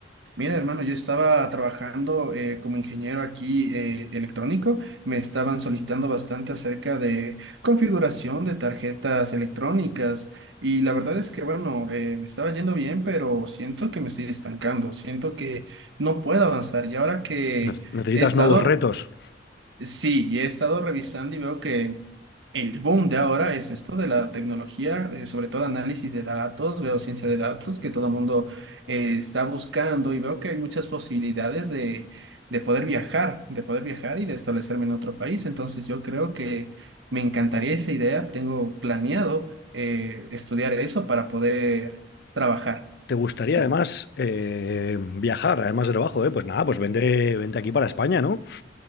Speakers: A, on the right (about 75°); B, on the left (about 60°).
A: Mira, hermano, yo estaba trabajando eh, como ingeniero aquí eh, electrónico. Me estaban solicitando bastante acerca de configuración de tarjetas electrónicas y la verdad es que, bueno, eh, me estaba yendo bien, pero siento que me estoy estancando, siento que no puedo avanzar. Y ahora que
B: Ne- ¿Necesitas
A: he estado,
B: nuevos retos?
A: sí, y he estado revisando y veo que El boom de ahora es esto de la tecnología, eh, sobre todo análisis de datos, veo ciencia de datos que todo el mundo eh, está buscando y veo que hay muchas posibilidades de, de poder viajar, de poder viajar y de establecerme en otro país. Entonces yo creo que me encantaría esa idea, tengo planeado eh, estudiar eso para poder trabajar.
B: ¿Te gustaría
A: Sí.
B: además eh, viajar, además de trabajo, eh? Pues nada, pues vente, vente aquí para España, ¿no?